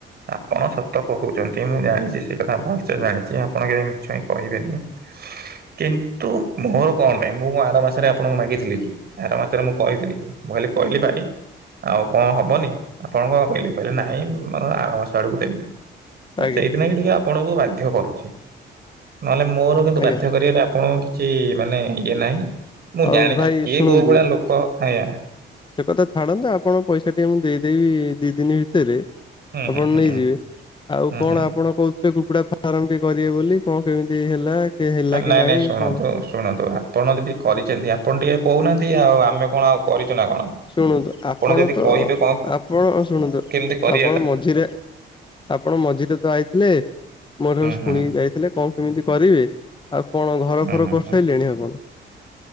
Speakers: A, on the right; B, on the left.
A: ଆପଣ ସତ କହୁଚନ୍ତି ମୁଁ ଜାଣିଚି ସେ କଥା ଭଲସେ ଜାଣିଛି ଆପଣ କେବେ ମିଛ ହିଁ କହିବେନି।
B: <inaudible>
A: କିନ୍ତୁ ମୋର କଣ ପାଇଁ ମୁଁ କଁ ଆର ମାସରେ ଆପଣଙ୍କୁ ମାଗିଥିଲି କି ଆର ମାସରେ ମୁଁ କହିଥିଲି କି। ମୁଁ ଖାଲି କହିଲି ଭାଇ ଆଉ କଁ ହବନି ଆପଣ କଁ କହିଲେ କହିଲେ ନାଇଁ ଆର ମାସ ଆଡକୁ ଦେବି। ମୁଁ
B: ଆଜ୍ଞା
A: ସେଇଥି ନାକି ଟିକେ ଆପଣଙ୍କୁ ବାଧ୍ୟ କରୁଚି ନହେଲେ ମୋର କିନ୍ତୁ
B: ଆଜ୍ଞା
A: ବା କରିବାରେ ଆପଣଙ୍କୁ କିଛି ମାନେ ଇଏ ନାହିଁ। ମୁଁ
B: ଆଉ
A: ଜାଣି
B: ଭାଇ
A: କିଏ
B: ଶୁଣନ୍ତୁ
A: କୋଉ ଭଳିଆ ଲୋକ ଆଜ୍ଞା!
B: ସେ କଥା ଛାଡନ୍ତୁ ଆପଣଙ୍କ ପଇସା ଟିକେ ମୁଁ ଦେଇଦେବି ଦି ଦିନି ଭିତରେ।
A: ହୁଁ
B: ଆପଣ
A: ହୁଁ ହୁଁ
B: ନେଇଯିବେ।
A: ହୁଁ।
B: ଆଉ
A: ହୁଁ
B: କଣ
A: ହୁଁ
B: ଆପଣ କହୁ ସେ କୁକୁଡା ଫାର୍ମଟି କରିବେ ବୋଲି କଁ କେମିତି ହେଲା? ହେଲା କି
A: ନାଇଁ ନାଇଁ ଶୁଣନ୍ତୁ
B: କଣ?
A: ଶୁଣନ୍ତୁ ଆ ଆପଣ ଯଦି କରିଚନ୍ତି। ଆପଣ ଟିକେ କହୁନାହାନ୍ତି ଆଉ ଆମେ କଣ ଆଉ କରିଚୁ ନା କଣ?
B: ଶୁଣନ୍ତୁ ଆପଣ
A: ଯଦି
B: ତ
A: କହିବେ କଣ
B: ଆପଣ ଶୁଣନ୍ତୁ
A: କେମିତି କରିବାକୁ
B: ଆପଣ ମଝିରେ ଆପଣ ମଝିରେ ତ ଆଇଥିଲେ ମୋ ଠାରୁ
A: ହୁଁ
B: ଶୁଣିକି
A: ହୁଁ
B: ଯାଇଥିଲେ କଁ କେମିତି କରିବେ। ଆପଣ ଘର
A: ହୁଁ
B: ଫର
A: ହୁଁ
B: କରିସାରିଲେଣି
A: ହୁଁ
B: ଆପଣ?